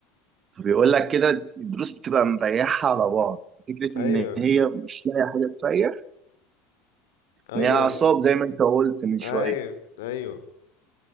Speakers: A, on the right; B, on the left.
A: فبيقول لك كده الضروس بتبقى مريحة على بعض فكرة
B: ايوه
A: إن هي مش لاقية حاجة تريح
B: ايوه
A: إن هي أعصاب
B: ال-
A: زي ما أنت قلت من شوية
B: ايوه ايوه